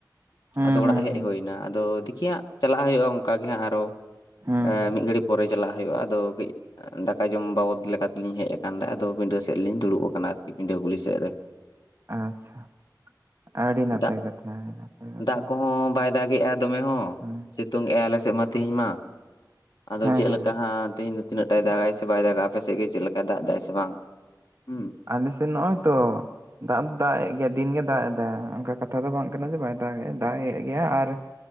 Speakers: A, on the right; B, on the left.
A: ᱦᱩᱸ
B: ᱟᱫᱚ ᱚᱲᱟᱜ
A: ᱦᱩᱸ
B: ᱦᱮᱡ
A: ᱦᱩᱸ
B: ᱦᱩᱭ ᱮᱱᱟ ᱟᱫᱚ ᱫᱤᱠᱷᱤ ᱦᱟᱸᱜ ᱪᱟᱞᱟᱜ ᱦᱩᱭᱩᱜᱼᱟ ᱚᱱᱠᱟᱜᱮ ᱦᱟᱸᱜ ᱟᱨᱚ,
A: ᱦᱩᱸ
B: ᱢᱤᱫ ᱜᱷᱟᱹᱲᱤᱡ ᱯᱚᱨᱮ ᱪᱟᱞᱟᱜ ᱦᱩᱭᱩᱜᱼᱟ ᱟᱫᱚ ᱠᱟᱹᱡ ᱫᱟᱠᱟ ᱡᱚᱢ ᱵᱟᱵᱚᱫ ᱞᱮᱠᱟ ᱛᱮᱞᱤᱧ ᱦᱮᱡᱽ ᱟᱠᱟᱱ ᱟᱫᱚ ᱯᱤᱰᱟᱹ ᱥᱮᱫ ᱨᱮᱞᱤᱧ ᱫᱩᱲᱩᱵ ᱟᱠᱟᱱᱟ ᱟᱨᱠᱤ ᱯᱤᱰᱟᱹ ᱜᱩᱞᱤ ᱥᱮᱫ ᱨᱮ ᱾
A: ᱟᱪᱪᱷᱟ, ᱟᱹᱰᱤ ᱱᱟᱯᱟᱭ
B: ᱫᱟᱜ
A: ᱠᱟᱛᱷᱟ᱾
B: ᱫᱟᱜ ᱠᱚᱦᱚᱸ ᱵᱟᱭ ᱫᱟᱜᱮᱜᱼᱟ ᱫᱚᱢᱮ ᱦᱚᱸ
A: ᱦᱮᱸ
B: ᱥᱤᱛᱩᱝ ᱮᱜ ᱟᱭ ᱟᱞᱮ ᱥᱮᱫ ᱢᱟ ᱛᱮᱦᱮᱧ ᱢᱟ᱾ ᱟᱫᱚ
A: ᱦᱮᱸ
B: ᱪᱮᱫ
A: ᱦᱮᱸ
B: ᱞᱮᱠᱟ ᱦᱟᱸᱜ ᱛᱮᱦᱤᱧ ᱫᱚ ᱛᱤᱱᱟᱹᱜ ᱴᱟᱭ ᱫᱟᱜᱟᱭ ᱥᱮ ᱵᱟᱭ ᱫᱟᱜᱟ ᱟᱯᱮ ᱥᱮᱫ ᱜᱮ ᱪᱮᱫ ᱞᱮᱠᱟ ᱫᱟᱜ ᱫᱟᱭ ᱥᱮ ᱵᱟᱝ? ᱦᱩᱸ
A: ᱟᱞᱮᱥᱮᱫ ᱱᱚᱜᱼᱚᱭ ᱛᱚ ᱫᱟᱜ ᱫᱚ ᱫᱟᱜ ᱮᱫ ᱜᱮᱭᱟ ᱫᱤᱱᱜᱮ ᱫᱟᱜ ᱮᱫᱟ ᱚᱱᱠᱟ ᱠᱟᱛᱷᱟ ᱫᱚ ᱵᱟᱝ ᱠᱟᱱᱟ ᱡᱮ ᱵᱟᱭ ᱫᱟᱜ ᱮ ᱫᱟᱜ ᱮᱫ ᱜᱮᱭᱟ ᱟᱨ